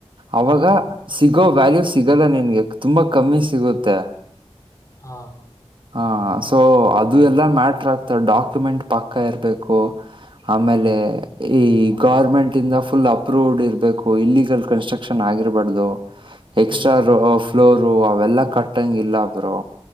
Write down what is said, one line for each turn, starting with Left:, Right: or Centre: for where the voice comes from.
Right: ಅವಾಗ
Left: ಹಾ
Right: ಸಿಗೋ ವ್ಯಾಲ್ಯೂ ಸಿಗಲ್ಲ ನಿನ್ಗೆ ತುಂಬಾ ಕಮ್ಮಿ ಸಿಗುತ್ತೆ
Left: ಹಾ
Right: ಹಾ ಸೊ ಅದು ಎಲ್ಲ ಮ್ಯಾಟ್ರ ಆಗ್ತದೆ ಡಾಕ್ಯುಮೆಂಟ್ ಪಕ್ಕ ಇರಬೇಕು ಆಮೇಲೆ ಈ ಗೌರ್ಮೆಂಟ್ ಇಂದ ಫುಲ್ ಅಪ್ರೂವ್ಡ್ ಇರಬೇಕು ಇಲ್ಲಿೀಗಲ್ ಕನ್ಸ್ಟ್ರಕ್ಷನ್ ಆಗಿರಬಾರ್ದು ಎಕ್ಸ್ಟ್ರಾ
Left: ಹ್ಮ್
Right: ರ ಫ್ಲೋರ್ ಅವೆಲ್ಲಾ ಕಟ್ಟಂಗ ಇಲ್ಲ ಬ್ರೋ